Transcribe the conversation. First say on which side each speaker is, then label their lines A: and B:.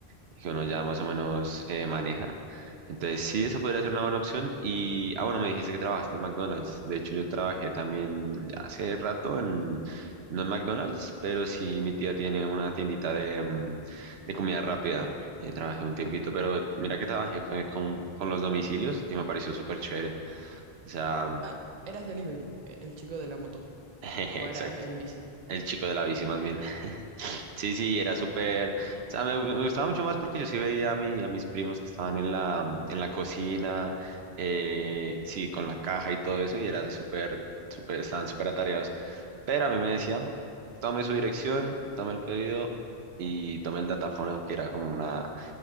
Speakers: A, on the right; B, on the right.
A: y que uno ya más o menos eh, maneja. Entonces, sí, esa podría ser una buena opción. Y, ah, bueno, me dijiste que trabajaste en McDonald's. De hecho, yo trabajé también ya hace rato en, no en McDonald's, pero sí, mi tía tiene una tiendita de, mm, de comida rápida. Eh, trabajé un tiempito, pero mira que trabajé fue con, con los domicilios y me pareció súper chévere. O sea,
B: Ah, eras delivery, e- el chico de la moto.
A: <laughs> jeje,
B: O
A: exacto.
B: eras en bici.
A: El chico de la bici más bien. Sí, sí, era súper, o sea, me, me gustaba mucho más porque yo sí veía a, mi- a mis primos que estaban en la, en la cocina, eh, sí, con la caja y todo eso, y era súper, súper, estaban súper atareados. Pero a mí me decían, tome su dirección, tome el pedido y tome el datafono, que era como una,